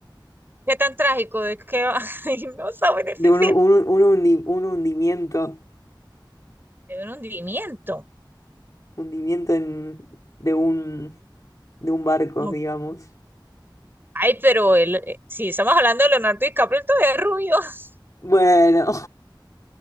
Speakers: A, on the right; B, on the left.
A: ¿Qué tan trágico? Es que <laughs> ay, no sabe decir.
B: De un, un- un hundi- un hundimiento,
A: Es un hundimiento.
B: hundimiento en- de un, de un barco,
A: No.
B: digamos.
A: Ay, pero él eh, si estamos hablando de Leonardo DiCaprio, él todavía es rubio. <laughs>
B: Bueno,